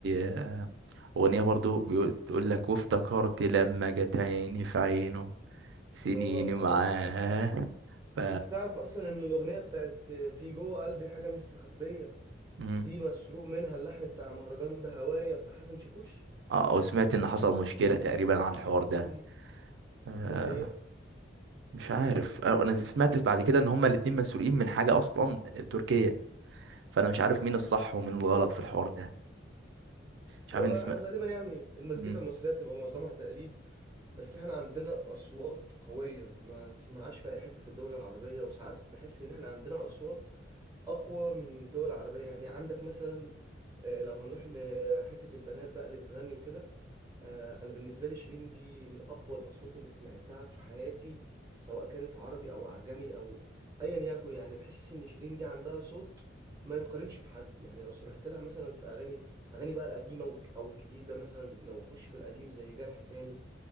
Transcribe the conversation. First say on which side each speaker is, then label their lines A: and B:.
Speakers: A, on the right (about 70°); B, on the right (about 20°).
A: آه، أغنية برضو بتقول لك وافتكرت لما جت عيني في عينه سنيني
B: اه طبعا
A: معاه ف
B: انت تعرف اصلا ان الاغنيه بتاعت آه، في جوه قلبي حاجه مستخبيه
A: مم.
B: دي مسروق منها اللحن بتاع مهرجان بهوايا بتاع حسن شاكوش
A: اه وسمعت ان حصل مشكلة تقريبا على الحوار ده
B: مم.
A: آه
B: دي حقيقة
A: مش عارف انا أنا سمعت بعد كده ان هما الاتنين مسؤولين من حاجة اصلا تركية فانا مش عارف مين الصح ومين الغلط في الحوار ده مش
B: وغالبا
A: عارف ان اسم
B: يعني المزيكا
A: مم.
B: المصرية بتبقى معظمها تقليد بس احنا عندنا أصوات قوية ما تسمعهاش في أي حتة في الدول العربية وساعات بحس إن احنا عندنا أصوات أقوى من الدول العربية يعني عندك مثلا آه، لو هنروح لحتة البنات بقى اللي بتغني وكده آه، انا بالنسبه لي شيرين دي من اقوى الاصوات اللي سمعتها في حياتي سواء كانت عربي او اعجمي او ايا يكن يعني بحس ان شيرين دي عندها صوت ما يتقارنش بحد يعني لو سمعت لها مثلا في اغاني اغاني بقى القديمه والج- او الجديده مثلا لو اخش في القديم زي جرح تاني